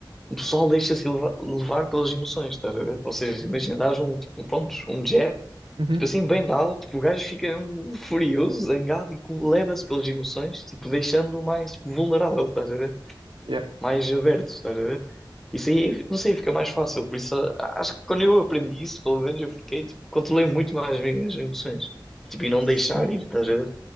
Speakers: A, in the centre; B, on the right.
A: o pessoal deixa-se leva- levar pelas emoções, estás a ver? Ou seja,
B: uhum,
A: imagina, dás um, tipo, um, prontos, um jab,
B: uhum,
A: tipo assim, bem dado, tipo, o gajo fica um, furioso, zangado e co- leva-se pelas emoções, tipo, deixando-o mais tipo, vulnerável, estás a ver?
B: yeah.
A: mais aberto, estás a ver? Isso aí, não sei, fica mais fácil. Por isso, a- acho que quando eu aprendi isso, pelo menos eu fiquei, tipo, controlei muito mais as minhas emoções. Tipo, e não
B: Sim,
A: deixar ir, estás a ver?